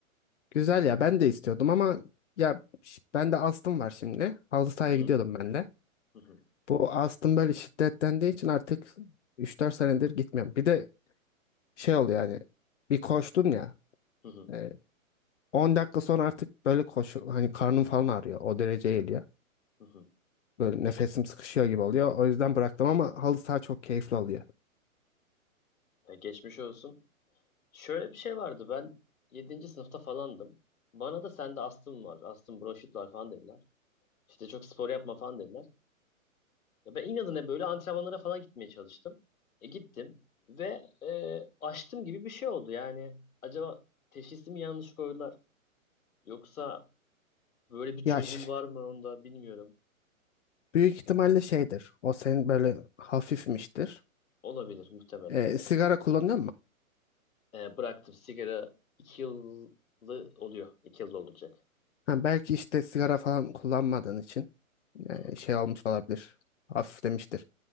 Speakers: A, on the left; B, on the left.
A: Güzel ya ben de istiyordum ama ya ş- ben de astım var şimdi. Halı sahaya
B: Hı hı,
A: gidiyordum ben de.
B: hı hı,
A: Bu astım böyle şiddetlendiği için artık üç dört senedir gitmiyorum. Bir de şey oluyor yani bir koştun ya
B: hı hı,
A: e, 10 dakika sonra artık böyle koşu hani karnım falan ağrıyor. O derece geliyor.
B: hı hı.
A: Böyle nefesim sıkışıyor gibi oluyor. O yüzden bıraktım ama halı saha çok keyifli oluyor.
B: Ya geçmiş olsun. Şöyle bir şey vardı. Ben yedinci sınıfta falandım. Bana da sende astım var, astım bronşit var falan dediler. İşte çok spor yapma falan dediler. Ya ben inadına böyle antrenmanlara falan gitmeye çalıştım. E gittim ve e, açtım gibi bir şey oldu. Yani acaba teşhisi mi yanlış koydular yoksa böyle bir çözüm
A: Yaş
B: var mı onda bilmiyorum.
A: büyük ihtimalle şeydir. O senin böyle hafifmiştir.
B: Olabilir muhtemelen.
A: E, sigara kullanıyor
B: E, bıraktım sigara 2 yıllı oluyor. iki yılda olacak.
A: Ha, belki işte sigara falan kullanmadığın için yani
B: Hı hı.
A: şey olmuş olabilir. Hafiflemiştir.